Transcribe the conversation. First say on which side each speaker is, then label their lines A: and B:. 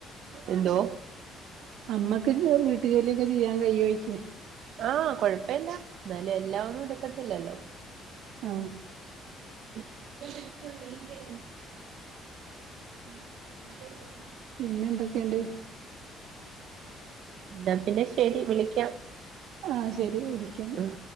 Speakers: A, on the right; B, on the right.
A: എന്തോ
B: അമ്മക്ക് വീട്ട് ജോലിയൊക്കെ ചെയ്യാ കയ്യൊയ്ക്കോ
A: ആഹ് കൊഴപ്പമില്ല എന്നാലും എല്ലാം ഒന്നും എടുക്കത്തില്ലല്ലോ
B: ആ
A: <unintelligible> ഉ
B: പിന്നെ എന്തൊക്കേണ്ട്
A: ന്നാ പിന്നെ ശരി വിളിക്കാം
B: ആഹ് ശരി വിളിയ്ക്കാന്ന്
A: ഉം